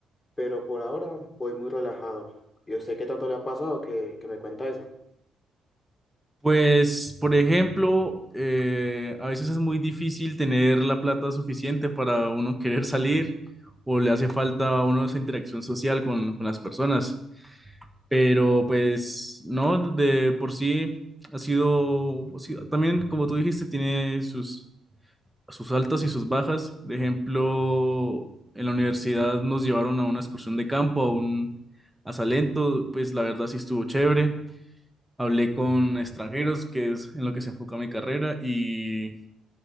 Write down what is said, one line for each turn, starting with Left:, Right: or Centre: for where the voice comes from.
Left: pero por ahora voy muy relajado. ¿Y a usted qué tanto le ha pasado que, que me cuenta eso?
Centre: Pues, por ejemplo, eh, a veces es muy difícil tener la plata suficiente para uno querer salir o le hace falta a uno esa interacción social con, con las personas. Pero pues no, de por sí ha sido, ha sido- también como tú dijiste, tiene sus sus altas y sus bajas. Por ejemplo, en la universidad nos llevaron a una excursión de campo, a un a Salento, pues la verdad sí estuvo chévere. Hablé con extranjeros, que es en lo que se enfoca mi carrera, y,